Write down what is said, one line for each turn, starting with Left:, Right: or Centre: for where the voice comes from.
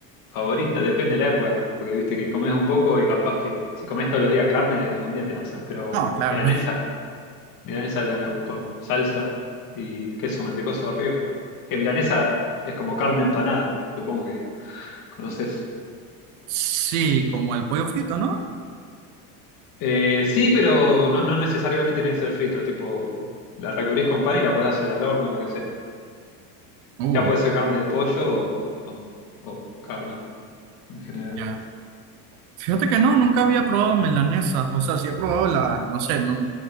Left: favorita, depende de la época, porque viste que comes un poco y capaz que si comes todos los días carne, algún día te cansás, pero
Right: No, claro.
Left: milanesa, milanesa de la- con salsa y queso mantecoso arriba. Que milanesa es como carne empanada, supongo que conoces.
Right: Sí, como el pollo frito, ¿no?
Left: Eh, sí, pero no, no necesariamente tiene que ser frito, tipo, la recubrís con pan y la puedes hacer al horno o lo que sea.
Right: Uh,
Left: Ya puede ser carne de pollo o, o- o carne en general.
Right: ya. Fíjate que no, nunca había probado milanesas. O sea, sí he probado la, no sé, no,